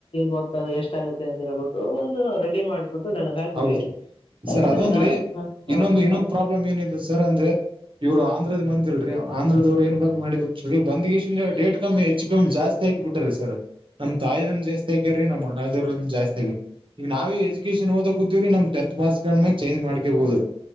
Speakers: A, on the left; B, on the right.
A: ಮೊತ್ತ ಅದು ಎಷ್ಟಾಗಗುತ್ತೆ ಅಂತ ಹೇಳ್ಬಿಟ್ಟು ಒಂದು ರೆಡಿ ಮಾಡ್ಬಿಟ್ಟು ನನಗ್ ಹಾಕ್ಬಿಡಿ
B: ಹೌದ್ರಿ
A: ಯಾಕಂದ್ರೆ
B: ಸರ್ ಅದೊಂದ್ರೀ
A: ನಾನು ಹ, ಹ,
B: ಇನ್ನೊಂದು ಇನ್ನೊಂದ್ ಪ್ರಾಬ್ಲಮ್ ಏನಿದೆ ಸರ್ ಅಂದ್ರೆ ಇವರು ಆಂಧ್ರ ಬಂದಲ್ರಿ ಆಧ್ರದವ್ ಏನ್ ಬಂದ ಮಾಡಿ ಬಿರೀ ಬಂದ ಡೇಟ್ ಕಮ್ಮಿ ಹೆಚ್ಚು ಕಮ್ಮಿ ಜಾಸ್ತಿ ಹಾಕಿ ಬಿಟ್ಟ್ರರಿ ಸರ್ ನಮ್ ತಾಯನ್ ಜಾಸ್ತಿ ಆಾಕ್ಯಾರ ನಮ್ಮ ಅಣ್ಣದವ್ರ ಜಾಸ್ತಿ ಆಕ್ಯರಿ ಈಗ ನಾವೇ ಎಜುಕೇೇಶನ್ ಓದ ಕೂತೀವರಿ ನಮ್ ಟೆಂತ್ ಮಾರ್ಸ್ ಕ ಮ ಚೇಂ ಮಾಡ್ಕಬಹುದು